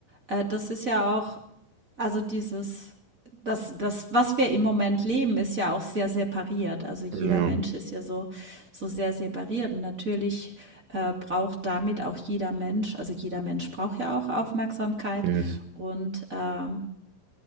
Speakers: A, on the right; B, on the right.
A: äh, das ist ja auch Also dieses das das, was wir im Moment leben, ist ja auch sehr separiert. Also jeder
B: Mhm.
A: Mensch ist ja so so sehr separiert und natürlich, äh, braucht damit auch jeder Mensch also jeder Mensch braucht ja auch Aufmerksamkeit
B: Ja, yes.
A: und, ähm